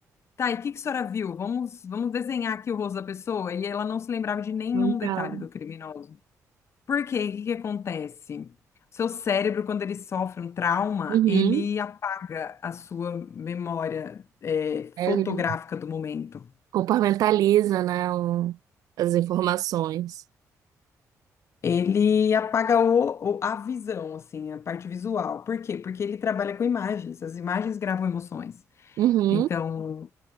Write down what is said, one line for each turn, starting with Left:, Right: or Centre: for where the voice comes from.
Left: Tá, e o que que a senhora viu? Vamos, vamos desenhar aqui o rosto da pessoa. E ela não se lembrava de nenhum
Right: Lembrava.
Left: detalhe do criminoso. Por quê? O que que acontece? Seu cérebro, quando ele sofre um trauma,
Right: Uhum.
Left: ele apaga a sua memória, é,
Right: Aí
Left: fotográfica
Right: ele
Left: do momento.
Right: compartmentaliza, né, o- as informações.
Left: Ele apaga o, o- a visão, assim, a parte visual. Por quê? Porque ele trabalha com imagens. As imagens gravam emoções.
Right: Uhum.
Left: Então,